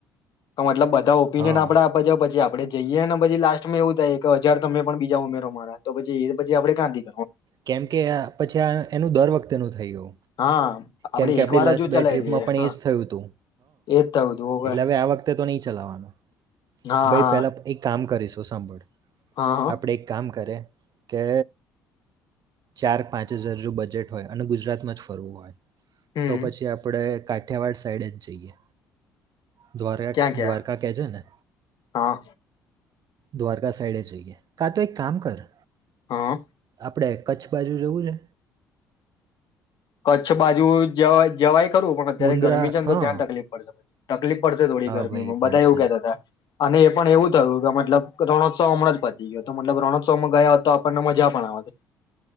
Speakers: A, on the left; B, on the right.
A: તો મતલબ બધ તો ઓપિનિયન
B: હા
A: આપડ આપવા જાવ પછી આપડે જઈએને પછી લાસ્ટમાં એવું થાય કે હજાર તમે પણ બીજા ઉમેરો મારા તો ભજી ભજી આપણે
B: કેમકે પછી આ એનું દર વખતે નું થયું
A: હા આપડે
B: કેમકે
A: એક
B: આપડી
A: વાર
B: લાસ્ટ
A: હજુ ચલાવી
B: બે ટ્રીપમાં
A: લઈએ
B: પણ
A: હા
B: એજ થયું હતું.
A: એજ થયું તું હોવે
B: એટલે હવે આ વખતે તો નહી ચલાવાનું
A: હા
B: ભાઈ
A: હા
B: પેલા એક કામ કરીશું. <inaudible> આપણેે
A: હા હા
B: એક કામ કરે કે ચાર પાંચ હજાર જો બજેટ હોય અને ગુજરાતમાં જ ફરવું હોય
A: હમ
B: તો પછી આપડે ક કઠિયાવાડ સાઈડજ જઈએ. <unintelligible>
A: ક્યાં ક્યાં
B: દ્વારકા કે છે ને.
A: હા
B: દ્વારકા સાઈડે જઈએ. કા તો એક કામ કર
A: હા.
B: આપણે કચ્છ બાજુ જવું છે?
A: કચ્છ બાજુ જવા જવાય કરું પણ અત્યારે
B: મુન્દ્રા
A: ગરમી છે ને
B: હા
A: તો ત્યાં તકલીફ પડશે. તકલીફ પડશે થોડી
B: હા
A: ગરમીમાં
B: ભાઈ એ
A: બધા
B: પણ
A: એવું
B: છે
A: કેતા હતા. અને એ પણ એવું થયું કે મતલબ રણોત્સવ હમણાં જ પતી ગયો, તો મતલબ રણોત્સવમાં ગયા તો આપણને મજા પણ આવત.